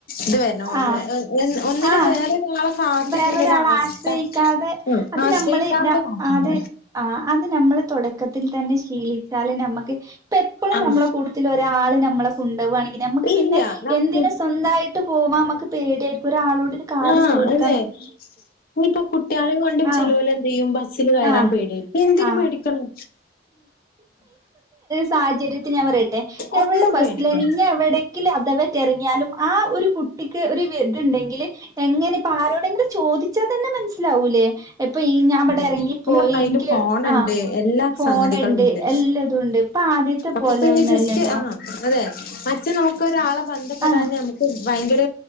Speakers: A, on the left; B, on the right.
A: ഇത് വേ ണോ
B: ആ
A: വെ എഹ് ഒന്നിനും
B: ആ
A: വേറൊരാളെ. കാത്തിക്കേണ്ട
B: വേറൊരാളെ
A: ഒരു അവസ്ഥ
B: ആശ്രയിക്കാതെ
A: ഉം
B: അത്
A: ആശ്രയിക്കാതെ
B: നമ്മള് നൊ
A: നോക്കണേ
B: അത്. ആഹ് അത് നമ്മള് തൊടക്കത്തിൽ തന്നെ ശീലിച്ചാല് നമ്മക്ക് ഇപ്പ എപ്പളും
A: ആഹ്
B: നമ്മള കൂട്ട ത്തിലൊരാള് നമ്മളെ കൊണ്ടോവാണെങ്കില് നമ്മക്ക്
A: ഇല്ല
B: പിന്നെ
A: നമുക്ക്
B: എന്തിന് സ്വന്തായിട്ട് പോവാമ്മക്ക് പേടിയായി ഒരാളോട് ഒരു കാര്യം
A: ആഹ്
B: ചോദി
A: അതെ ഇഞ്ഞിപ്പ കുട്ട്യാളേം കൊണ്ടും
B: ആഹ്
A: ചെലോലെന്തെയ്യും ബ സ്സില് കയറാൻ
B: ആഹ്
A: പേടിയായ് എന്തിന്
B: ആഹ്
A: പേടിക്കണം
B: സാഹചര്യത്തി ഞാൻ പറയട്ടെ എവിടെ
A: ഒന്നും
B: ബസ്സില
A: പേടിക്കണ്ട
B: ഇഞ്ഞി എവിടെങ്കിലും അഥവാ റ്റെറങ്ങിയാലും ആ ഒരു കുട്ടിക്ക് ഒരു വെ ഇതിണ്ടെങ്കില്. എങ്ങനെ ഇപ്പൊ ആരോടെങ്കിലും ചോദിച്ചാ തന്നെ മനസ്സിലാവൂല്ലേ എപ്പൊ ഈ ഞാൻ ഇവിടെ. ഇറങ്ങിപ്പോയി
A: അമ്മള കയ്യില്
B: എനിക്ക്
A: ഫോണെണ്ട്
B: ആഹ്
A: എല്ലാ
B: ഫോണുണ്ട്
A: സംഗതികളും ഉണ്ട്.
B: എല്ലാതും ഉണ്ട് ഇപ്പൊ ആദ്യത്തെ
A: അപ്പൊപ്പ
B: പോലെ ഒന്നല്ലല്ലോ
A: ജസ്റ്റ് ആഹ് അതെ മറ്റെ നമുക്ക് ഒരാളെ ബന്ധപ്പെടാന്
B: ആഹ്
A: നമുക്ക്. ഭയങ്കര